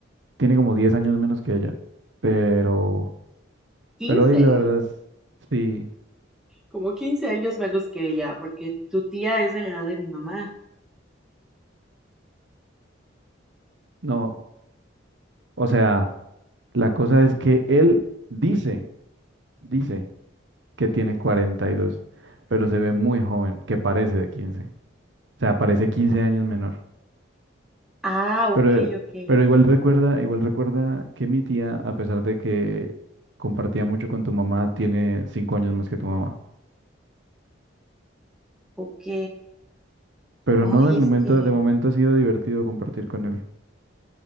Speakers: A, on the right; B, in the centre.
A: Tiene como 10 años menos que ella, pero,
B: 15.
A: pero hoy la verdad es, sí,
B: como 15 años menos que ella, porque tu tía es de la edad de mi mamá.
A: no, o sea, la cosa es que él dice, dice que tiene 42, pero se ve muy joven, que parece de quince, O sea, parece 15 años menor.
B: Ah, ok,
A: Pero,
B: ok,
A: pero igual recuerda, igual recuerda que mi tía, a pesar de que compartía mucho con tu mamá, tiene cinco años más que tu mamá.
B: ok.
A: Pero
B: Ay,
A: no, de momento,
B: es que,
A: de momento ha sido divertido compartir con él.